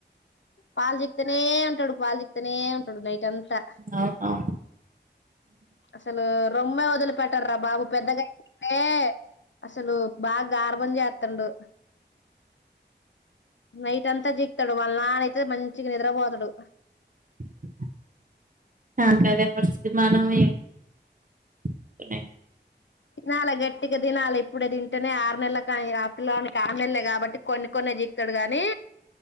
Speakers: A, on the left; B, on the right.
A: పాలు చికుతేనే ఉంటాడు పాలు చికితేనే ఉంటాడు నైట్ అంతా
B: అవునవును
A: అసలు రొమ్మ వదిలిపెట్టార రా బాబు పెద్దగా ఏ అసలు బాగా గార్భం చేస్తాండు నైట్ అంతా జికుతాడు వళ నాన అయితే మంచిగా నిద్రపోతాడు
B: <unintelligible> అ
A: తినాలి గట్టిగా తినాలి ఇప్పుడే తింటేనే ఆరు నెల కానీ రాత్రిలోనికి ఆరు నెలలే కాబట్టి కొన్ని కొనే జికుతాడు గాని